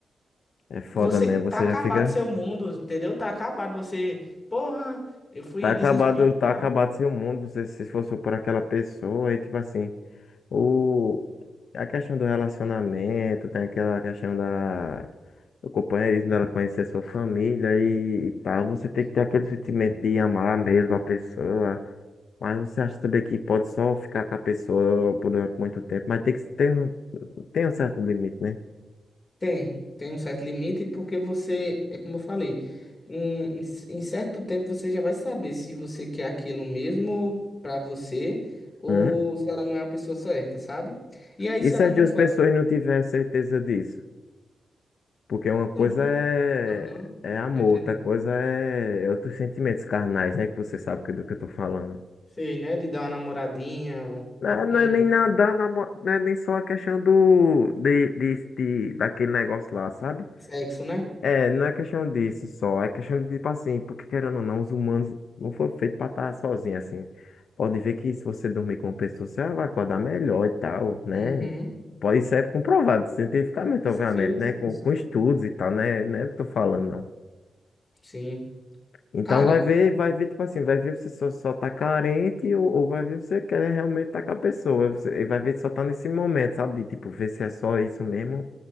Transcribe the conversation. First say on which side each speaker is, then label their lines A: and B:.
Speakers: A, on the left; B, on the left.
A: É foda
B: Você
A: mesmo. Você
B: tá acabado
A: já fica.
B: seu mundo, entendeu? Tá acabado. Você, porra, eu fui
A: Tá acabado,
B: desrespeitado.
A: tá acabado seu mundo. Você se esforçou por aquela pessoa. Aí, tipo assim. O, a questão do relacionamento, tem aquela questão da, do companheirismo dela conhecer sua família e, e tal. Você tem que ter aquele sentimento de amar mesmo a pessoa. Mas você acha também que pode só ficar com a pessoa por um, muito tempo, mas tem que ter um, tem um certo limite, né?
B: Tem, tem um certo limite, porque você, é como eu falei, um- em, c- em certo tempo você já vai saber se você quer aquilo mesmo pra você ou
A: Hum?
B: se ela não é a pessoa certa, sabe? E aí,
A: E
B: se
A: se
B: ela
A: as
B: não
A: duas
B: for.
A: pessoas
B: a
A: não tiverem certeza disso? Porque uma coisa
B: pessoa, Bru-
A: é,
B: Uhum,
A: é amor,
B: tô entendendo.
A: outra coisa é outros sentimentos carnais, né? Que você sabe que- é do que eu tô falando.
B: Sei, né? De dar uma namoradinha, um,
A: Não, é, não
B: um
A: é nem nada, namo- não é nem só a questão do, de, de, de- daquele negócio lá, sabe?
B: sexo, né?
A: É, não é questão disso só, é questão de tipo assim, porque querendo ou não, os humanos não foram feitos pra estar sozinhos assim. Pode ver que se você dormir com uma pessoa, você vai acordar melhor e tal, né?
B: Uhum.
A: Pode, isso é comprovado cientificamente,
B: Sim,
A: obviamente, né?
B: sim,
A: Com,
B: sim.
A: com estudos e tal, né? Não é o que eu tô falando, não.
B: Sim.
A: Então
B: Cara.
A: vai ver, vai ver, tipo assim, vai ver você só, só tá carente ou, ou vai ver você quer realmente tá com a pessoa. Você- e vai ver só tá nesse momento, sabe? De, tipo, ver se é só isso mesmo,